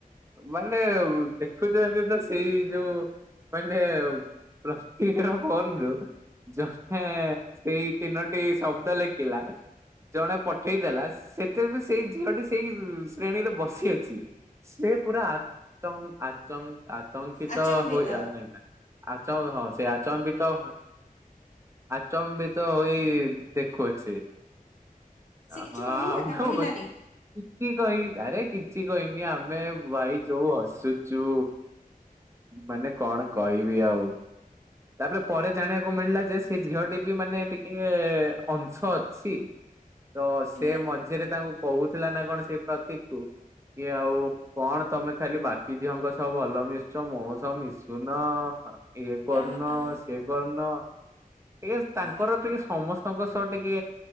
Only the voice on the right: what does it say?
ମାନେ ଉ, ଦେଖୁଛନ୍ତି ତ ସେଇ ଯୋଉ ମାନେ ପ୍ରସ୍ତିକିର ଫୋନ୍ ରୁ ଜଣହେ ସେଇ ତିନୋଟି ଶବ୍ଦ ଲେଖିଲା। ଜଣେ ପଠେଇ ଦେଲା। ସେଟା ବି ସେଇ ଝିଅଟି ସେଇ ଉଁ, ଶ୍ରେଣୀରେ ବସି ଅଛି। ସେ ପୁରା ଆତମ୍ ଆଚମ୍ ଆତଙ୍କିତ
ହୋଇ ଆ, ନାଇଁ ନା ଆଚ ହଁ ସେ ଆଚମ୍ୱିତ ହୋଇ ଆଚମ୍ୱିତ ହୋଇ ଦେଖୁ ଅଛି।
ଅ,
ହଁ
ଆମ
ହଁ
ଗ-କିଛି କହି ଆରେ କିଛି କହିନି ଆ ମେ ଭାଇ ଯୋଉ ହସୁଚୁ, ମାନେ କଣ କହିବି ଆଉ। ତାପରେ ପରେ ଜାଣିବାକୁ ମିଳିଲା ଯେ ସେ ଝିଅଟି ବି ମାନେ ଟିକେ ଅଂଶ ଅଛି। ତ ସେ
ମଝିରେ ତାଙ୍କୁ କହୁଥିଲା ନା କଣ ସେଇ ପ୍ରତୀକ କୁୁ କି ଆଉ କଣ ତୋମେ ଖାଲି ବାକି ଝିଅଙ୍କ ସହ ଭଲ ମିଶୁଛ ମୋ ସହ ମିଶୁନ। ଇଏ କର୍ଣ୍ଣ
ସେ କର୍ଣ୍ଣ ଟିକେ ତାଙ୍କର
ଟିକେ ସମସ୍ ସ୍ତଙ୍କ ସହ ଟିକେ